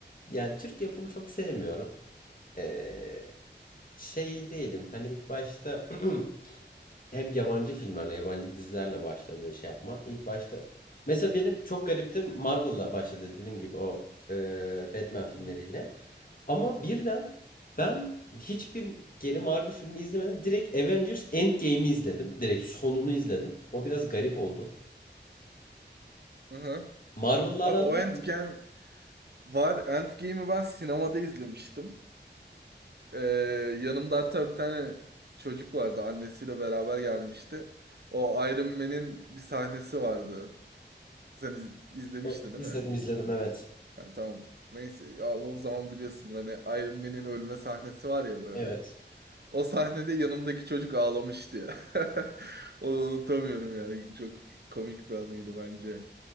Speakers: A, on the left; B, on the right.
A: yani Türk yapımı çok sevmiyorum. Ee, şey değilim. Hani ilk başta <clears throat> hep yabancı filmlerle, yabancı dizilerle başladı şey yapma. İlk başta mesela benim çok gariptir Marvel'la başladı dediğim gibi o e, Batman filmleriyle.
B: hı.
A: Ama birden ben hiçbir geri Marvel filmi izlemedim. Direkt Avengers Endgame'i izledim. Direkt sonunu izledim. O biraz garip oldu.
B: Aha.
A: Marvel'la
B: Abi
A: aran
B: o
A: var
B: Endgame
A: mı?
B: var. Endgame'i ben sinemada izlemiştim. Ee, yanımda hatta bir tane çocuk vardı. Annesiyle beraber gelmişti. O Iron Man'in bir sahnesi vardı. Sen iz- izlemiştin
A: Evet,
B: değil
A: izledim
B: mi Endgame'i?
A: izledim evet.
B: Yani tamam. Neyse. Ya o zaman biliyorsun hani Iron Man'in ölme sahnesi var ya böyle.
A: Evet.
B: O sahnede yanımdaki çocuk ağlamıştı ya. <laughs> Onu unutamıyorum yani. Çok komik bir anıydı bence.